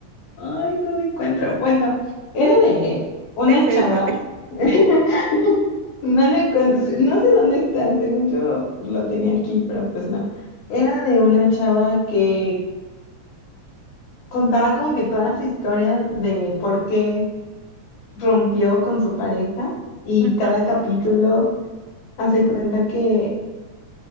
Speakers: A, on the left; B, on the right.
A: Ay, no lo encuentro. Bueno, era de una
B: Ese,
A: chava.
B: ese.
A: <laughs> No lo encuentro. sí, No sé dónde está. Según yo, pues, lo tenía aquí, pero pues no. Era de una chava que contaba como que toda su historia de por qué rompió con su pareja y
B: Ajá.
A: cada capítulo. Hace cuenta que